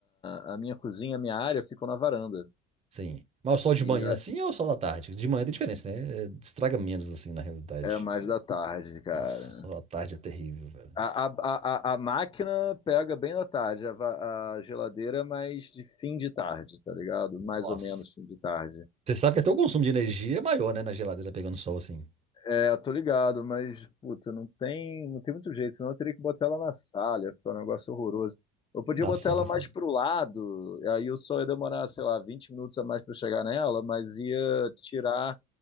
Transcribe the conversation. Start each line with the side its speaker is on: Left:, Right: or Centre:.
Left: a minha cozinha, a minha área ficam na varanda.
Right: Sim. Mas o sol de
Left: E
Right: manhã
Left: é
Right: assim ou o sol da tarde? De manhã tem diferença, né? É, Estraga menos assim, na realidade.
Left: é mais da tarde, cara.
Right: Nossa, o sol da tarde é terrível, velho.
Left: A, a, a, a a máquina pega bem da tarde, a, va- a geladeira é mais de fim de tarde, tá ligado? Mais
Right: Nossa.
Left: ou menos fim de tarde.
Right: Você sabe que até o consumo de energia é maior, né? Na geladeira pegando sol assim.
Left: É, tô ligado, mas, puta, não tem, não tem muito jeito, senão eu teria que botar ela na sala, ia ficar um negócio horroroso. Eu podia
Right: Da
Left: botar
Right: sala
Left: ela
Right: é
Left: mais
Right: foda.
Left: pro lado, aí eu só ia demorar, sei lá, 20 minutos a mais pra chegar nela, mas ia tirar